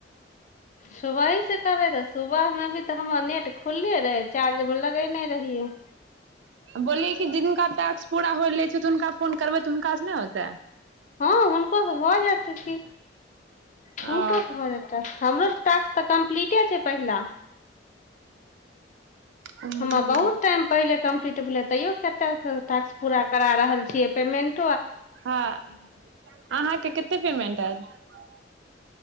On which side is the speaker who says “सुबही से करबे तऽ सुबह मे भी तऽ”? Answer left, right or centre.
Left